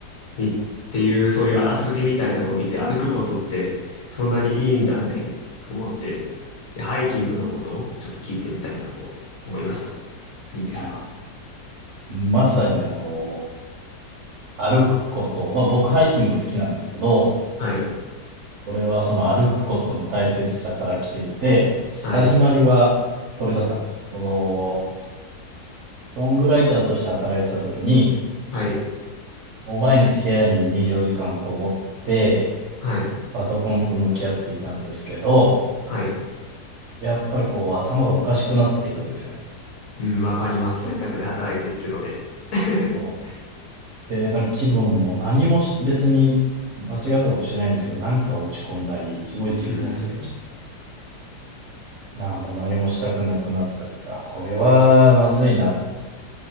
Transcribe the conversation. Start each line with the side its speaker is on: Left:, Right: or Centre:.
Left: み、っていうそういうあらすじみたいなのを見て、歩くことってそんなにいいんだみたいに思って、で、ハイキングのことちょっと聞いてみたいなと思いました。いいですか
Right: はい。まさにあの、歩くこと、まあ僕ハイキング好きなんですけど、
Left: はい。
Right: それはその歩くことの大切さから来ていて、
Left: はい。
Right: 始まりはそれだったんですよ。その、ソングライターとして働いてた時に、
Left: はい。
Right: もう毎日部屋に24時間こもって、
Left: はい。
Right: パソコンと向き合っていたんですけど、
Left: はい。
Right: やっぱりこう頭がおかしくなっていくんですよね。
Left: うん、わかります。在宅で働いてるので。<laughs>
Right: そう。で、なんか気分も何もし別に間違ったことしてないんですけど、なんか落ち込んだり、すごい自分を責めちゃう。
Left: うん。
Right: なあ、もう何もしたくなくなったりと、あ、これはまずいなっ